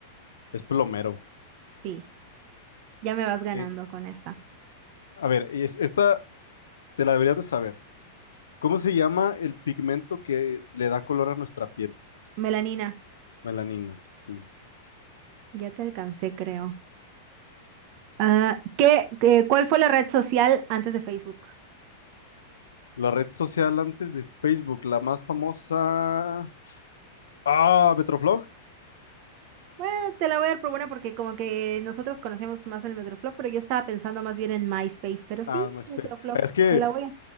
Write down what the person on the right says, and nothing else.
Sí, ya me vas ganando
con esta.
Melanina,
ya te alcancé, creo. Ah, ¿qué, qué- cuál fue la red social antes de Facebook?
Bueno, te la voy a dar por buena porque como que nosotros conocemos más el Metroflog, pero yo estaba pensando más bien en MySpace, pero sí,
Metroflog,
te la voy a,